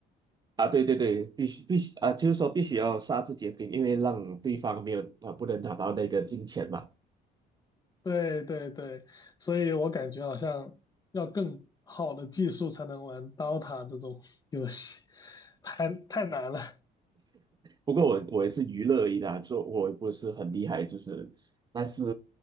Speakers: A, on the right; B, on the left.
A: 啊，对对对，必须必须啊，就是说必须要杀自己的兵，因为让对方没有啊，不能拿到那个金钱嘛。
B: 对对对，所以我感觉好像要更好的技术才能玩 DOTA 这种游戏，太太难了。
A: 不过我我也是娱乐而已啦，做我也不是很厉害，就是，但是